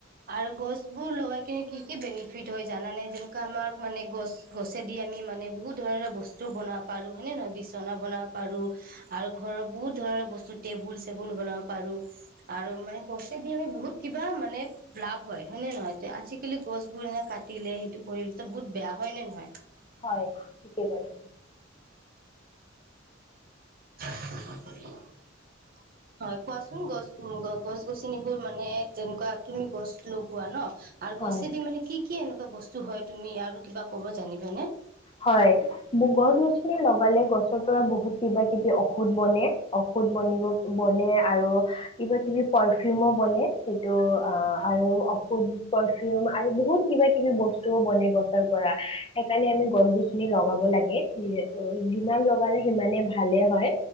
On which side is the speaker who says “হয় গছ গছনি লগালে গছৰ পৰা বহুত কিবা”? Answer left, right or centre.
Left